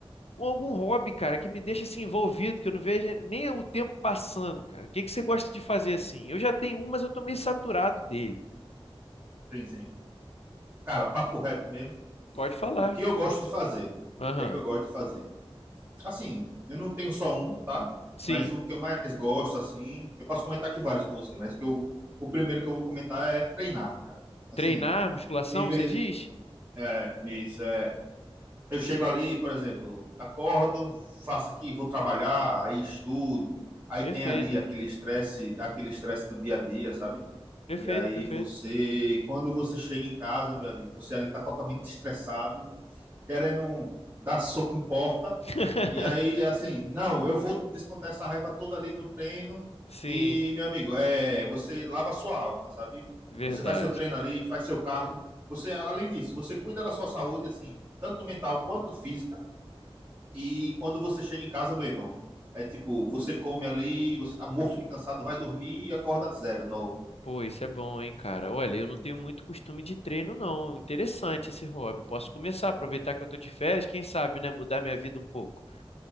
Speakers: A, on the left; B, on the right.
A: com algum hobby, cara, que me deixa assim envolvido, que eu não veja nem o tempo passando, cara. O que que você gosta de fazer assim? Eu já tenho um, mas eu tô meio saturado dele.
B: Sim, sim. Cara, papo reto mesmo.
A: Pode falar.
B: O que eu gosto de fazer?
A: Aham.
B: O que é que eu gosto de fazer? Assim, eu não tenho só um, tá?
A: Sim.
B: Mas o que eu mais gosto, assim, eu posso comentar aqui vários com você, mas o que eu, o primeiro que eu vou comentar é treinar, cara. Assim,
A: Treinar, musculação,
B: tem vez,
A: você diz?
B: é, nisso, é, eu chego ali, por exemplo, acordo, faço aqui, vou trabalhar, aí estudo, aí
A: Perfeito.
B: tem ali aquele estresse, aquele estresse do dia a dia, sabe?
A: Perfeito,
B: E aí
A: perfeito.
B: você, quando você chega em casa, meu amigo, você ali tá totalmente estressado, querendo dar soco em porta,
A: <laughs>
B: e aí assim, não, eu vou descontar essa raiva toda ali no treino,
A: Sim,
B: e meu amigo, é, você lava a sua alma, sabe?
A: verdade.
B: Você faz seu treino ali, faz seu cardio, você além disso, você cuida da sua saúde assim, tanto mental quanto física e quando você chega em casa, meu irmão, é tipo, você come ali, você tá morto de cansado, vai dormir e acorda zero, novo.
A: Pô, isso é bom, hein, cara. Olha, eu não tenho muito costume de treino, não. Interessante esse hobby. Posso começar, aproveitar que eu tô de férias, quem sabe, né, mudar minha vida um pouco.